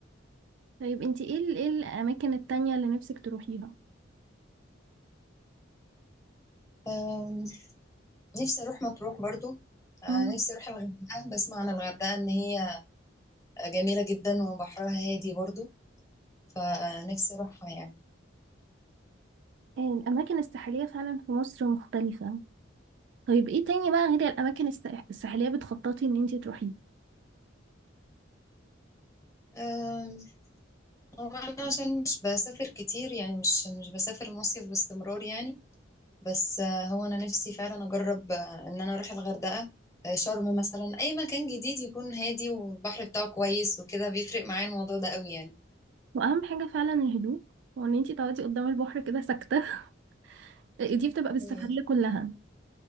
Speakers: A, on the right; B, on the left.
A: طيب انتي ايه ال- ايه الاماكن التانية اللي نفسك تروحيها
B: أم، نفسي اروح مطروح برضو آه،
A: مم.
B: نفسي اروح الغردقة بسمع عن الغردقة ان هي جميلة جدا وبحرها هادي برضو فنفسي أروحها يعني
A: الاماكن الساحليه فعلا في مصر مختلفه طيب ايه تاني بقى غير الاماكن الساح- الساحليه بتخططي ان انتي تروحيه
B: أم، هو أنا عشان مش بسافر كتير يعني مش مش بسافر المصيف باستمرار يعني بس آه، هو أنا نفسي فعلا أجرب آه، إن أنا أروح الغردقة آه، شرم مثلا أي مكان جديد يكون هادي والبحر بتاعه كويس وكده بيفرق معايا الموضوع ده قوي يعني
A: واهم حاجه فعلا الهدوء وان انتي تقعدي قدام البحر كده ساكته <laughs> دي بتبقى بالسفريه
B: أيوه
A: كلها